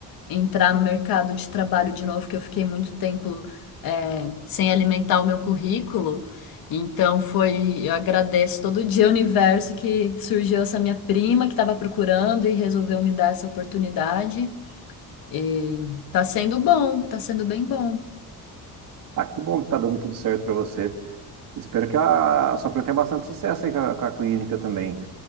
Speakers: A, on the left (about 70°); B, on the right (about 65°).
A: entrar no mercado de trabalho de novo, que eu fiquei muito tempo é, sem alimentar o meu currículo. Então foi, eu agradeço todo dia o universo que surgiu essa minha prima que estava procurando e resolveu me dar essa oportunidade. E tá sendo bom, tá sendo bem bom.
B: Ah, que bom que tá dando tudo certo pra você. Espero que a, a sua prima tenha bastante sucesso aí com a, com a clínica também.